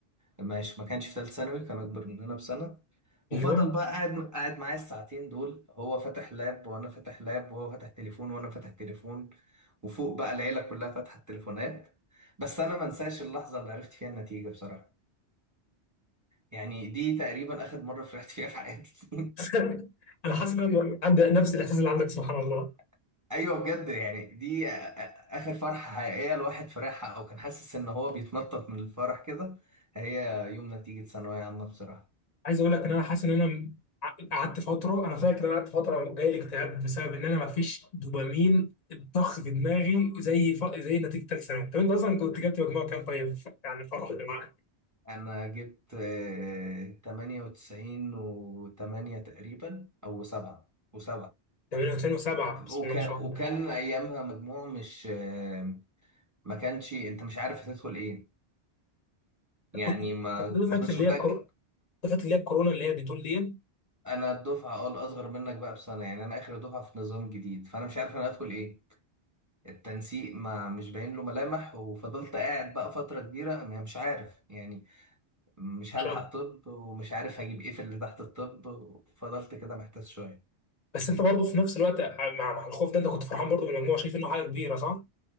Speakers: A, on the right; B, on the left.
A: ماشي ما كانش في ثالثه ثانوي كان اكبر مننا بسنه وفضل
B: ايوه
A: بقى قاعد قاعد معايا الساعتين دول هو فاتح لاب وانا فاتح لاب وهو فاتح تليفون وانا فاتح تليفون وفوق بقى العيله كلها فاتحه التليفونات بس انا ما انساش اللحظه اللي عرفت فيها النتيجه بصراحه يعني دي تقريبا اخر مرة فرحت فيها في حياتي
B: <laughs> انا حاسس ان انا عندي نفس الاحساس اللي عندك سبحان الله
A: <laughs> ايوه بجد يعني دي آ- آ- اخر فرحة حقيقية الواحد فرحها او كان حاسس ان هو بيتنطط من الفرح كده هي يوم نتيجة ثانوية عامة بصراحة
B: عايز اقول لك ان انا حاسس ان انا ع- قعدت فتره انا فاكر ان انا قعدت فتره جاي لي اكتئاب بسبب ان انا ما فيش دوبامين الضخ في دماغي زي ف... زي نتيجه ثالث ثانوي طب انت اصلا كنت جبت مجموع كام طيب يعني فرحت معاك
A: انا جبت آه، 98 و8 تقريبا او 7 و7
B: ده من 2007
A: وكان
B: بسم الله ما شاء الله
A: وكان ايامها مجموع مش آه، ما كانش انت مش عارف هتدخل ايه يعني
B: كنت
A: ما
B: كنت دفعه
A: ما كنتش
B: اللي
A: متأكد
B: هي الكورونا دفعه اللي هي الكورونا اللي هي بتقول دي ان
A: انا الدفعه اه الاصغر منك بقى بسنه يعني انا اخر دفعه في نظام جديد فانا مش عارف انا هدخل ايه التنسيق ما مش باين له ملامح وفضلت قاعد بقى فتره كبيره أنا مش عارف يعني مش
B: شاء
A: هلحق
B: الله
A: طب ومش عارف هجيب ايه في اللي تحت الطب فضلت كده محتاس شويه
B: بس انت برضه في نفس الوقت مع مع الخوف ده انت كنت فرحان برضه بالمجموع شايف انه حاجه كبيره صح؟